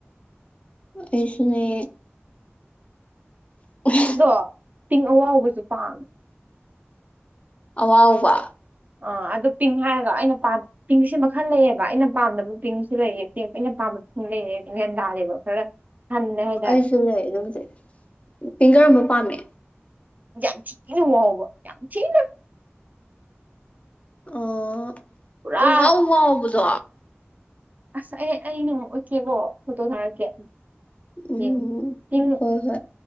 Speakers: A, on the left; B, on the right.
A: ꯑꯩꯁꯨꯅꯦ ꯎ <inaudible>
B: ꯑꯗꯣ ꯄꯤꯡ ꯑꯋꯥꯥꯎꯕꯖꯨ ꯄꯥꯝꯃꯦ꯫
A: ꯑꯋꯥꯎꯕ꯫
B: ꯑꯥ ꯑꯗꯨ ꯄꯤꯡ ꯍꯥꯏꯔꯒ ꯑꯩꯅ ꯄꯥꯝ ꯄꯤꯡꯁꯤ ꯃꯈꯜ ꯂꯩꯌꯦꯕ ꯑꯩꯅ ꯄꯥꯝꯗꯕ ꯄꯤꯡꯁꯨ ꯂꯩꯌꯦꯕ ꯑꯩꯅ ꯄꯥꯝꯕ ꯄꯤꯡ ꯂꯩꯑꯦ ꯒ꯭ꯌꯥꯟ ꯇꯥꯗꯦꯕ ꯈꯔ ꯍꯜꯂꯦ ꯍꯥꯏꯇꯥꯔꯦ
A: ꯑꯩꯁꯨ ꯂꯩ ꯑꯗꯨꯕꯨꯗꯤ ꯄꯤꯡ ꯀꯔꯝꯕ ꯄꯥꯝꯃꯤ꯫
B: ꯌꯥꯝ ꯊꯤꯅ ꯋꯥꯎꯕ ꯌꯥꯝꯊꯤꯅ꯫
A: ꯑꯣ
B: ꯄꯨꯔꯥ
A: ꯄꯨꯡꯋꯥꯎ ꯋꯥꯎꯕꯗꯣ꯫
B: ꯑꯁ ꯑꯩ ꯑꯩ ꯅꯣꯡꯃ ꯎꯠꯀꯦꯀꯣ ꯐꯣꯇꯣ ꯊꯥꯔꯛꯀꯦ꯫
A: ꯎꯝ
B: ꯌꯦꯡ ꯄꯤꯡ
A: ꯍꯣꯏ ꯍꯣꯏ